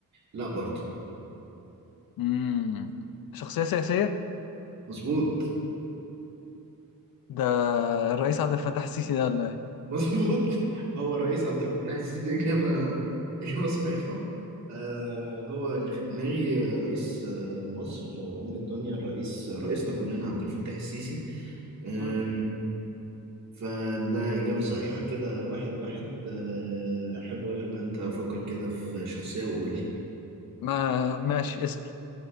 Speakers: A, on the right; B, on the left.
A: لا برضه
B: مم. شخصية سياسية
A: مظبوط
B: ده الرئيس عبد الفتاح السيسي ده ولا إيه؟
A: مظبوط <laughs> هو الرئيس عبد الفتاح السيسي إجابة إجابة صحيحة آه هو اللي في دماغي آه، رئيس آه مصر آه، أم الدنيا الرئيس آه، رئيسنا كلنا عبد الفتاح السيسي آه
B: مم.
A: فده إجابة صحيحة كده واحد واحد آه أحب أقول لك بقى أنت فكر كده في شخصية وقول لي
B: ما ماشي اسأل